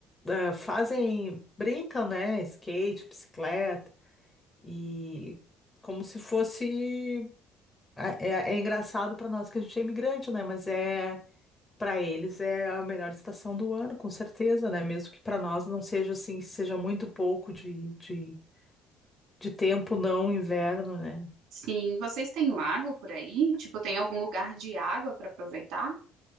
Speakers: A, on the left; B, on the right.
A: ah, fazem, brincam, né? Skate, bicicleta E como se fosse. É, é- é engraçado para nós que a gente é imigrante, né? Mas é. Para eles é a melhor estação do ano, com certeza, né? Mesmo que para nós não seja assim, seja muito pouco de, de, de tempo, não inverno, né?
B: Sim, vocês têm lago por aí? Tipo, tem algum lugar de água para aproveitar?